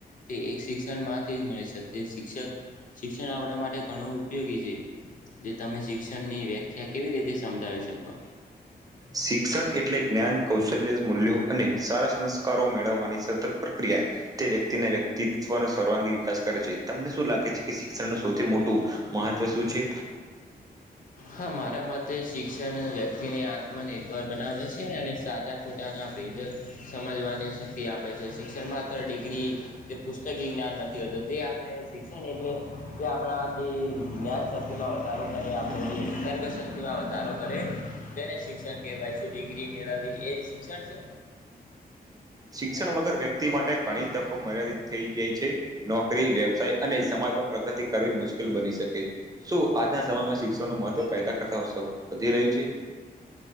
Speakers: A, on the left (about 55°); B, on the right (about 25°).
A: તે એક શિક્ષણ માંથી જ મળી શકે શિક્ષણ શિક્ષક આપણા માટે ઘણું ઉપયોગી છે. જે તમે શિક્ષણની વ્યાખ્યા કેવી રીતે સમજાવી શકો?
B: શિક્ષણ એટલે જ્ઞાન કૌશલ્ય મૂલ્યો અને સારા સંસ્કાર કારો મેળવવાની સતત ક્રિયા તે વ્યક્તિના વ્યક્તિ. ન સર્વાંગી વિકાસ કરે છે તમને શું લાગે છે કે શિક્ષણ ન સૌથી મોટું મહત્વ શું છે.
A: હા મારા મતે શિક્ષણ વ્યક્તિને આત્મનિર્ભર બનાવે છે અને સાચા ખોટાના ભેદ સમજવાની છે. શક્તિ આપે છે શિક્ષણ માત્ર ડિગ્રી કે પુસ્તકી જ્ઞાન નથી હોતું તે આપણે શિક્ષણ એટલે તે આપણા જે જ્ઞાન શક્તિમાં વધારો કરે આપણે ગ શક્તિમાં વધારો કરે તેને શિક્ષણ કહેવાય શું ડિગ્રી મેળવી એ જ શિક્ષણ છે.
B: શિક્ષણ વગર વ્યક્તિ માટે ઘણી તકો મર્યાદિત થઈ ગઈ છે. નોકરી વ્યવસાય અને સમાજમાં પ્રગતિ કરવી મુશ્કેલ બની શકે છે શું આજના સમયમાં ન મહત્વ પદા કરતાત વધી રહ્યું છે.